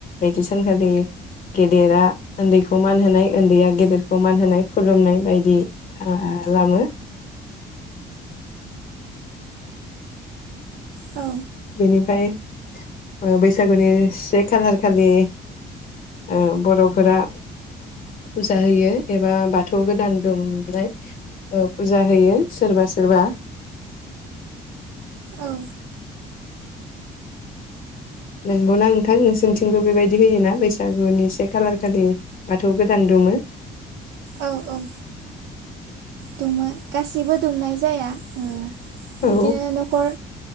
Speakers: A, on the left; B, on the right.
A: नैथि सा ऐखालि गेदेरा उन्दैखौ मान होनाय उन्दैया गेदेरखौ मान होनाय खुलुमनाय बायदि खालामो
B: औ
A: बेनिफ्राय ओ बैसागुनि से खालार खालि ओ बर'फोरा फुजा होयो एबा बाथौ गोदान दोमनाय ओ फुजा होयो सोरबा सोरबा
B: औ
A: नोंगौना नोंथां नोंसोरनिथिंबो बेबायदि होयोना बैसागुनि से खालार खालि बाथौ गोदान दुमो
B: औ औ दुमो गासिबो दुमनाय जाया ओ बिदिनो
A: औ
B: नखर